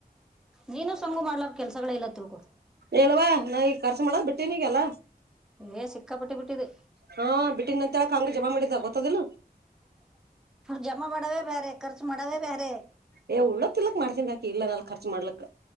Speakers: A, in the centre; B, on the right (about 85°).
A: ನೀನು ಸಂಗು ಮಾಡ್ಲಾರ ಕೆಲ್ಸಗಳ ಇಲ್ಲತ್ರುಗು
B: ಎಲ್ವಾ ನಾ ಈಗ ರ್ಚು ಮಾಡದ್ ಬಿಟ್ಟನಗೆಲ್ಲ
A: ಏ ಸಿಕ್ಕಾಪಟ್ಟಿ ಬಿಟ್ಟಿದೆ
B: ಹಾ ಬಿಟ್ಟಿದ ನಂತರಕ್ ಹಂಗಗೆ ಜಮಾ ಮಾಡಿದ್ದ ಗೊತ್ತದಿಲ್ಲ
A: ಜಮಾ ಮಾಡಾವೇ ಬೇಾರೆ ಖರ್ಚು ಮಾಡಾವೇ ಬೇಾರೆ
B: ಏ ಉಳ್ಳಕ್ ತಿಲಕ್ ಮಾಡತೀನ್ಿಾಕ ಇ ನಾ ರ್ಚ್ ಮಾಡ್ಲಕ್